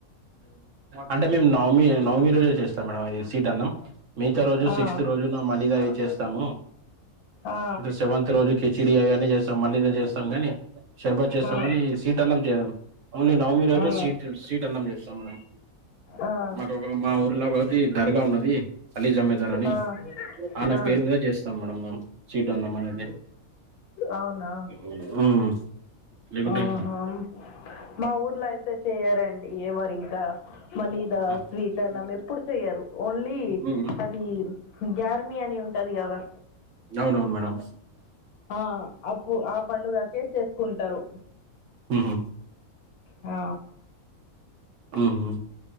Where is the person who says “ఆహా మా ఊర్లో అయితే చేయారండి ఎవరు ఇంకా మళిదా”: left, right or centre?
Left